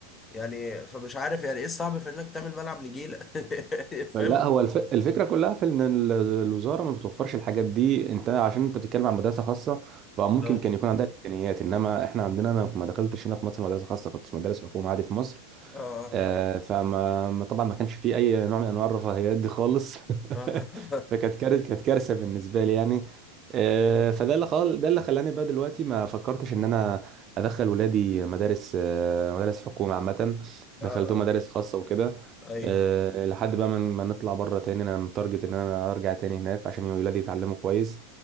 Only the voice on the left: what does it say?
يعني فمش عارف يعني ايه الصعب في انك تعمل ملعب نجيلة <laughs>
فاهم
اه
اه
اه <laughs>
اه
ايوه